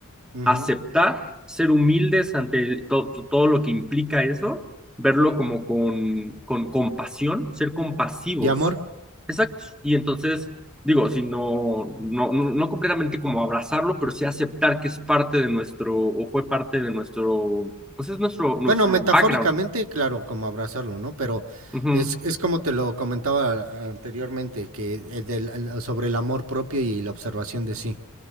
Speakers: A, on the right; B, in the centre.
A: Ujú.
B: aceptar, ser humildes ante el- to- to- todo lo que implica eso, verlo como con, con compasión, ser compasivos
A: ¿Y amor?
B: Exacto. Y entonces, digo, si no, no, no no completamente como abrazarlo, pero sí aceptar que es parte de nuestro, o fue parte de nuestro, pues es nuestro, nuestro
A: Bueno, metafóricamente,
B: background.
A: claro, como abrazarlo, ¿no? Pero
B: Ujú,
A: es, es como te lo comentaba anteriormente, que eh, del- al- sobre el amor propio y la observación de sí.